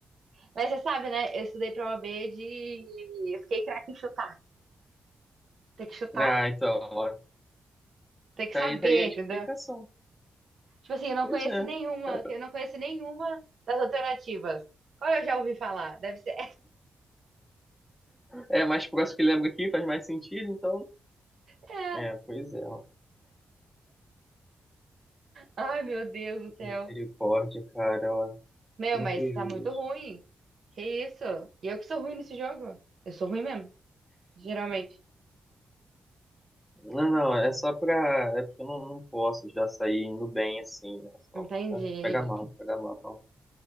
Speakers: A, on the right; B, in the centre.
A: Mas você sabe, né? Eu estudei pra OAB de. Eu fiquei craque em chutar. Tem que chutar,
B: Ah, então, ó.
A: tem que
B: Tá
A: saber,
B: aí, tá aí a explicação.
A: entendeu? Tipo assim, eu não
B: Pois
A: conheço
B: é.
A: nenhuma.
B: Tá, tá.
A: Eu não conheço nenhuma das alternativas. Qual eu já ouvi falar? Deve ser
B: É mais próximo que lembro aqui, faz mais sentido, então.
A: É.
B: É, pois é, ó.
A: Ai, meu Deus do céu.
B: Misericórdia, cara, ó.
A: Meu,
B: Que
A: mas
B: prejuízo.
A: tá muito ruim. Que isso? E eu que sou ruim nesse jogo. Eu sou ruim mesmo, geralmente.
B: Não, não, é só pra. É porque eu não, não posso já sair indo bem assim, né? Senão
A: Entendi.
B: fica- pega mal, pega mal,